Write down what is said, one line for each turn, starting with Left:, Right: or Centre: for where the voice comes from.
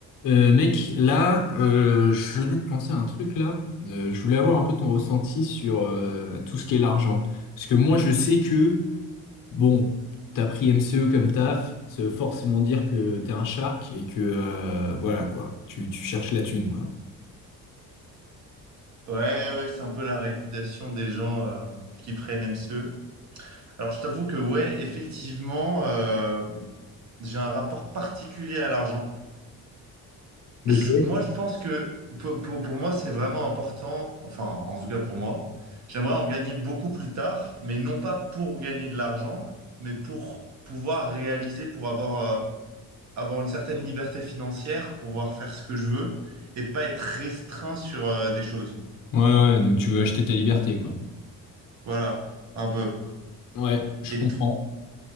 Left: Euh, mec, là, euh, je venais de penser à un truc là. Euh, je voulais avoir un peu ton ressenti sur euh, tout ce qui est l'argent. Parce que moi, je sais que, bon, t'as pris MCE comme taf, ça veut forcément dire que t'es un shark et que, euh, voilà, quoi, tu, tu cherches la thune, quoi.
Right: Ouais, ouais, c'est un peu la réputation des gens euh, qui prennent MCE. Alors, je t'avoue que, ouais, effectivement, euh, j'ai un rapport particulier à l'argent.
Left: Ok.
Right: Je- moi, je pense que pour, pour- pour moi, c'est vraiment important, enfin, en tout cas pour moi, j'aimerais en gagner beaucoup plus tard, mais non pas pour gagner de l'argent, mais pour pouvoir réaliser, pour avoir, euh, avoir une certaine liberté financière, pouvoir faire ce que je veux et pas être restreint sur, euh, des choses.
Left: Ouais, ouais, donc tu veux acheter ta liberté, quoi.
Right: Voilà, un peu.
Left: Ouais, je
Right: Et,
Left: comprends.
Right: to-